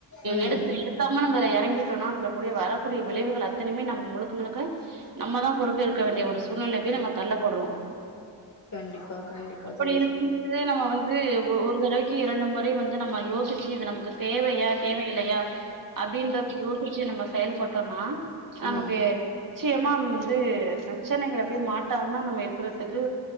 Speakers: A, on the left; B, on the right.
A: ம்
B: எடுத்து எடுக்காம நம்மய வாங்கிட்டோம்னா அதில கூடிய வரக்கூடிய விளைவுகள் அத்தனையுமே நம்ம முழுக்க முழுக்க நம்மதான் பொறுக்க இருக்க வேண்டிய வரும் சூழ்நிலை போய் நம்ம தள்ளப்படுறோம்
A: கண்டிப்பா கண்டிப்பா
B: அப்படி
A: தோழி
B: இருக்கும்பபோதே நம்ம வந்து ஒரு தடவைக்கு இரண்டு முறை வந்து நம்ம யோசிச்சு இது நம தேவையா தேவையில்லையா அப்டின்றத யோசிச்சு நம்ம செயல்பட்டோனா அமகே
A: ம்
B: நிச்சயமா வந்து பிரச்சனைகள போய் மாட்டாமாம நம்ம இருக்கறிறதுக்கு